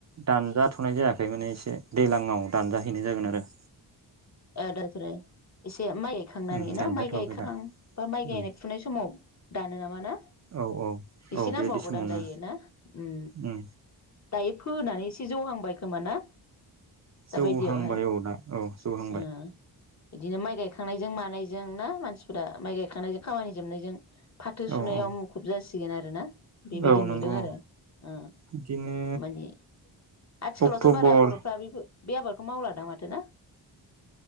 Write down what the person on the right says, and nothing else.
दानजाथ'नाय जायाखै माने एसे दैलांङाव दानजाहैनाय जागोन आरो
उम
दानजाथ'वाखै
दा
उम
औ औ
बेबायदि
समावनो
उम
जौहां बाय औ दा औ जौहां
औ
औ
औ नंगौ
बिदिनो
अक्ट'बर